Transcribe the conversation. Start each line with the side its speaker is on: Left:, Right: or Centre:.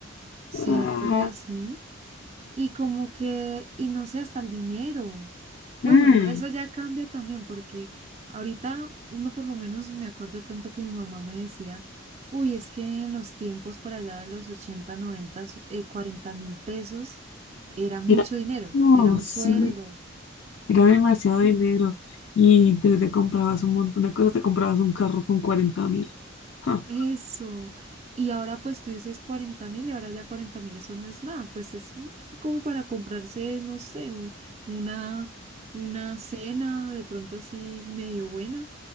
Right: Cierto
Left: Ah,
Right: que sí. Y como que, y no sé, hasta el dinero. Bueno,
Left: mm,
Right: eso ya cambia también porque ahorita uno por lo menos me acuerdo tanto que mi mamá me decía, uy, es que en los tiempos por allá de los 80 90, eh, cuarenta mil pesos era mucho
Left: era
Right: dinero,
Left: como,
Right: era un
Left: sí,
Right: sueldo.
Left: era demasiado dinero y te, te comprabas un montón de cosas, te comprabas un carro con cuarenta mil. Ah,
Right: Eso. Y ahora pues tú dices cuarenta mil y ahora ya cuarenta mil, eso no es nada. Pues es un- como para comprarse, no sé, un- una, una cena de pronto así medio buena.